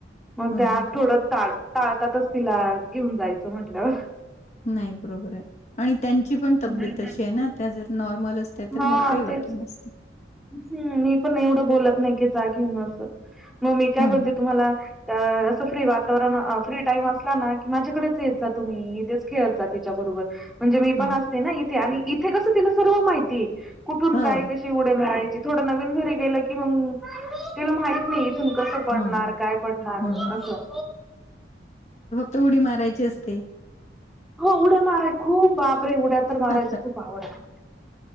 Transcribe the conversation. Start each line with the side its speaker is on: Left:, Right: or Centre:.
Centre: मग
Left: हम्म
Centre: त्या थोड टाळ, टाळतातच तिला. घेऊन जायचं म्हंटल्यावर.
Left: नाही, बरोबरय. आणि त्यांची पण तब्येत
Centre: हम्म
Left: तशी आहे ना. त्या जर नॉर्मल अस ते तर
Centre: हा
Left: मग काही वाटलं
Centre: तेच
Left: नसत.
Centre: हम्म. मी पण एवढं बोलत नाही की, जा घेऊन असं. मग मी काय
Left: हम्म
Centre: बोलते तुम्हाला अ असं फ्री वातावरण, फ्री टाइम असला ना की, माझ्याकडेच येत जा तुम्ही. इथेच खेळत जा तिच्या बरोबर. म्हणजे मी
Left: हा
Centre: पण असते ना, इथे. आणि इथे कसं तिला सर्व माहितीय. कुठून
Left: हो
Centre: काय कशी उडी मारा. थोडं नवीन घरी गेलं की, मग तिला माहित नाही. इथून कसं पडणार?
Left: हा
Centre: काय पडणार?
Left: हा
Centre: असं.
Left: त उडी मारायची असते.
Centre: हो उड्या माराय खूप, बापरे! उड्या तर मारायचं
Left: ह
Centre: खूप आवडत.